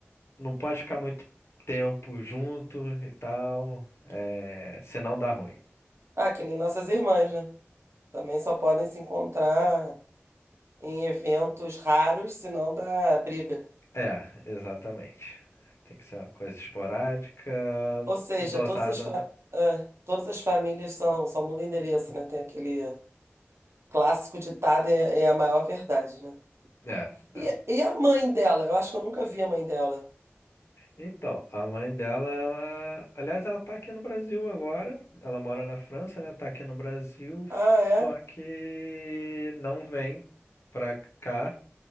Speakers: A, on the left (about 65°); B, on the right (about 70°).
A: não pode ficar muito tempo junto e tal, é, senão dá ruim.
B: Ah, que nem nossas irmãs, né? Também só podem se encontrar em eventos raros, senão dá briga.
A: É, exatamente. Tem que ser uma coisa esporádica,
B: Ou seja,
A: dosada.
B: todas as, fa- ah, todas as famílias são, só muda o endereço, né? Tem aquele clássico ditado, é, é a maior verdade, né?
A: É,
B: E,
A: é.
B: e a mãe dela? Eu acho que eu nunca vi a mãe dela.
A: Então, a mãe dela, ela... aliás, ela tá aqui no Brasil agora. Ela mora na França, né? Tá aqui no Brasil,
B: Ah, é?
A: só que não vem pra cá.